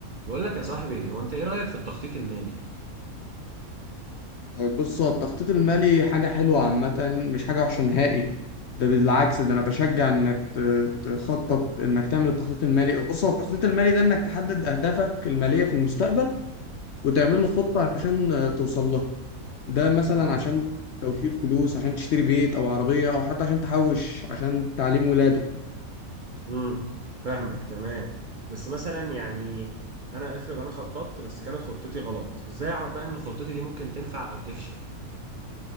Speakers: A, on the right; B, on the left.
A: بقول لك يا صاحبي هو انت ايه رأيك في التخطيط المالي؟
B: آه، بص هو التخطيط المالي حاجة حلوة عامة مش حاجة وحشة نهائي ده بالعكس ده أنا بشجع إنك ت- تخطط إنك تعمل التخطيط المالي بص هو التخطيط المالي ده إنك تحدد أهدافك المالية في المستقبل وتعمل له خطة عشان آه، توصل لها ده مثلا
A: امم
B: عشان توفير فلوس عشان تشتري بيت أو عربية أو حتى عشان تحوش عشان تعليم ولادك
A: امم فاهمك تمام بس مثلا يعني انا افرض انا خططت بس كانت خطتي غلط ازاي اعرف بقى ان خطتي دي ممكن تنفع او تفشل؟